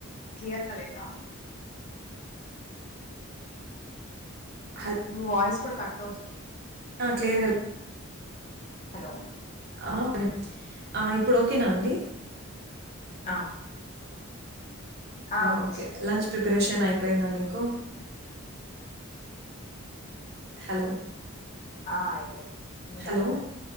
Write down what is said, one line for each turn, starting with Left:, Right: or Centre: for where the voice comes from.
Left: క్లియర్గా లేదా
Right: హలో
Left: మీ వాయిస్ కూడా కట్ అవుతుంది
Right: ఆ క్లియర్ గా
Left: హలో
Right: అ ఒకని ఇప్పుడు ఓకేనా అండి
Left: ఆ ఓకే ఆ వినిపిస్తుంది
Right: ఓకే లంచ్ ప్రిపరేషన్ అయిపోయిందా మీకు హలో
Left: ఆ అయిపోయింది మీది
Right: హలో
Left: అయిందా